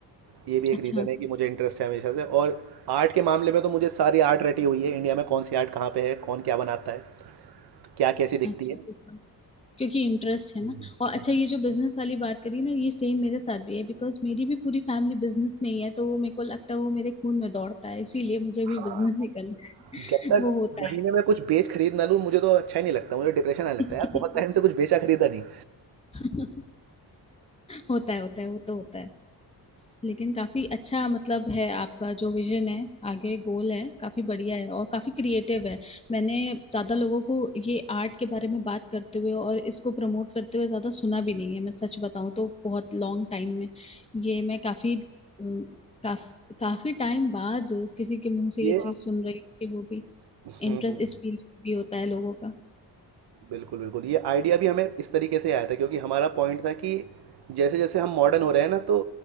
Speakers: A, on the right; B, on the left.
A: ये भी एक
B: अच्छा
A: रीज़न है कि मुझे इंटरेस्ट है हमेशा से और आर्ट के मामले में तो मुझे सारी आर्ट रटी हुई है इंडिया में कौन सी आर्ट कहाँ पे है कौन क्या बनाता है क्या कैसी दिखती
B: अच्छा
A: है
B: क्योंकि इंटरेस्ट है
A: हम्म,
B: ना और अच्छा ये जो बिजनेस वाली बात करी ना ये सेम मेरे साथ भी है बिकॉज मेरी भी पूरी फैमिली बिजनेस में ही है तो वो मेरे को लगता है वो मेरे खून में दौड़ता है इसीलिए मुझे भी
A: हाँ
B: बिजनेस ही करना
A: जब
B: है
A: तक
B: <laughs> वो होता
A: महीने में कुछ बेच खरीद ना लूँ मुझे तो अच्छा ही नहीं लगता मुझे डिप्रेशन आने लगता
B: है <laughs>
A: है यार बहुत टाइम से कुछ बेचा खरीदा नहीं
B: <laughs> होता है होता है वो तो होता है लेकिन काफी अच्छा मतलब है आपका जो विजन है आगे गोल है काफी बढ़िया है और काफी क्रिएटिव है मैंने ज्यादा लोगों को ये आर्ट के बारे में बात करते हुए और इसको प्रमोट करते हुए ज्यादा सुना भी नहीं है मैं सच बताऊं तो बहुत लॉन्ग टाइम में ये मैं काफी अम, काफ, काफी टाइम बाद किसी के मुंह से
A: ये
B: ये चीज सुन रही हूँ कि वो भी
A: हम्म
B: इंटरेस्ट इस फील्ड भी होता है लोगों का
A: बिल्कुल बिल्कुल ये आइडिया भी हमें इस तरीके से आया था क्योंकि हमारा पॉइंट था कि जैसे जैसे हम मॉडर्न हो रहे हैं ना तो